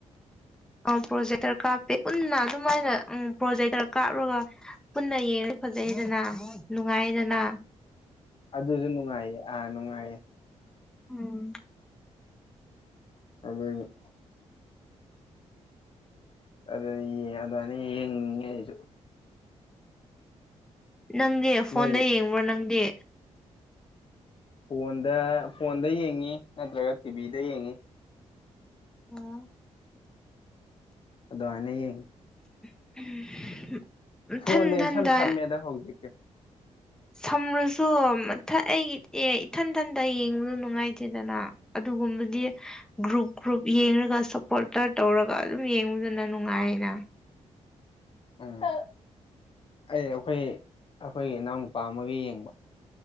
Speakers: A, in the centre; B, on the left (about 45°).
A: ꯑ ꯄ꯭ꯔꯣꯖꯦꯛꯇꯔ ꯀꯥꯞꯄꯦ ꯄꯨꯟꯅ ꯑꯗꯨꯃꯥꯏꯅ ꯎꯝ ꯄ꯭ꯔꯣꯖꯦꯛꯇꯔ ꯀꯥꯞꯔꯒ ꯄꯨꯟꯅ ꯌꯦꯡꯉ ꯐꯖꯩꯗꯅ ꯅꯨꯡꯉꯥꯏꯌꯦꯗꯅ
B: ꯑꯗꯨꯁꯨ ꯅꯨꯡꯉꯥꯏꯌꯦ ꯑꯥ ꯅꯨꯡꯉꯥꯏꯌꯦ
A: ꯎꯝ
B: <unintelligible> <unintelligible> ꯑꯗꯨꯃꯥꯏꯅ ꯌꯦꯡꯅꯤꯡꯉꯦ ꯑꯩꯖꯨ
A: ꯅꯪꯗꯤ ꯐꯣꯟꯗ
B: ꯅꯣꯏ
A: ꯌꯦꯡꯕ꯭ꯔꯣ ꯅꯪꯗꯤ
B: ꯐꯣꯟꯗ ꯐꯣꯟꯗ ꯌꯦꯡꯉꯤ ꯅꯠꯇ꯭ꯔꯒ ꯇꯤꯚꯤꯗ ꯌꯦꯡꯉꯤ
A: ꯑꯣ
B: ꯑꯗꯨꯃꯥꯏꯅ ꯌꯦꯡꯉꯤ
A: <inaudible> ꯏꯊꯟ
B: ꯐꯣꯟꯅ
A: ꯏꯊꯟꯗ
B: ꯏꯁꯝ ꯁꯝꯃꯦꯗ ꯍꯧꯖꯤꯛꯇꯤ
A: ꯁꯝꯔꯁꯨ ꯃꯊ ꯑꯩ ꯑꯦ ꯏꯊꯟ-ꯊꯟꯗ ꯌꯦꯡꯕꯗꯣ ꯅꯨꯡꯉꯥꯏꯇꯦꯗꯅ ꯑꯗꯨꯒꯨꯝꯕꯗꯤ ꯒ꯭ꯔꯨꯞ ꯒ꯭ꯔꯨꯞ ꯌꯦꯡꯔꯒ ꯁꯞꯄꯣꯔꯇꯔ ꯇꯧꯔꯒ ꯑꯗꯨꯝ ꯌꯦꯡꯕꯗꯨꯅ ꯅꯨꯡꯉꯥꯏꯅ
B: ꯎꯝ ꯑꯩꯅ ꯑꯩꯈꯣꯏ ꯑꯩꯈꯣꯏꯒꯤ ꯏꯅꯥꯎꯅꯨꯄꯥ ꯑꯃꯒ ꯌꯦꯡꯕ